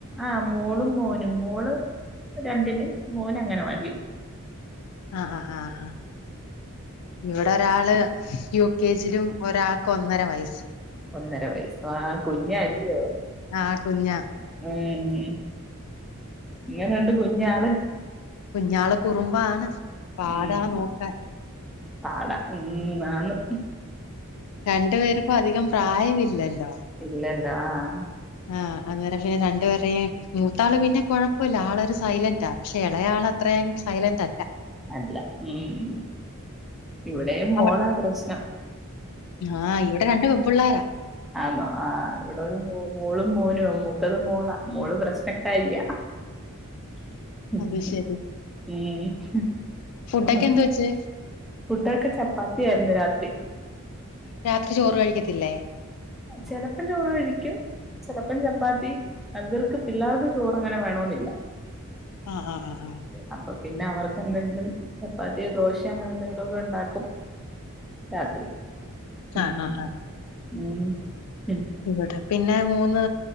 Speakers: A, in the centre; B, on the left (about 85°).
A: ആഹ് മോളും മോനും മോള് രണ്ടില് മോന് അംഗനവാടില്
B: ആഹ് ആഹ് ആഹ് ഇവിടെ ഒരാള് യു കെ ജിലും ഒരാക്ക് ഒന്നര വയസ്സും
A: ഒന്നര വയസോ ആഹ് കുഞ്ഞാ അല്ല്യോ?
B: ആഹ് കുഞ്ഞാ
A: ഏഹ് ഇങ്ങനെണ്ട് കുഞ്ഞാള്?
B: കുഞ്ഞാള് കുറുമ്പാണ് പാടാ
A: ഉം
B: നോക്കാൻ
A: പാടാ ഉം ആന്ന്
B: രണ്ടു പേർക്കും അധികം പ്രായമില്ലല്ലോ
A: ഇല്ലല്ലോ ആഹ്
B: ആഹ് അങ്ങനെ പിന്നെ രണ്ടുപേരെടെയും മൂത്താള് പിന്നെ കൊഴപ്പല്ല ആളൊരു സൈലന്റാ പക്ഷെ എളയാള് അത്ര സൈലന്റ് അല്ല
A: അല്ല ഉം ഇവടെ മോളാ
B: അവ
A: പ്രശ്നം
B: ആഹ് ഇവടെ രണ്ട് പെൺപിള്ളോരാ
A: ആന്നോ ആഹ് ഇവടെ ഒരു മോളും മോനും മൂത്തത് മോളാ മോള് പ്രശ്നക്കാരിയാ ഉം
B: അത് ശരി. ഫുഡൊക്കെ എന്ത് വെച്ച്?
A: ഫുഡൊക്കെ ചപ്പാത്തിയായിരുന്നു രാത്രി
B: രാത്രി ചോറ് കഴിക്കത്തില്ലേ?
A: ചെലപ്പം ചോറ് കഴിക്കും ചെലപ്പം ചപ്പാത്തി ഇവർക്ക് പിള്ളേർക്ക് ചോറ് അങ്ങനെ വേണന്നില്ല.
B: ആഹ് ആഹ് ആഹ് ആഹ്
A: അപ്പ പിന്നെ അവർക്ക് എന്തെങ്കിലും ചപ്പാത്തിയൊ ദോശയോ അങ്ങനെ എന്തെങ്കിലുക്കെ ഇണ്ടാക്കും രാത്രി
B: ആഹ് ആഹ്
A: ഉം
B: ആഹ്
A: ഉം ഉം
B: ഇവടെ പിന്നെ മൂന്ന്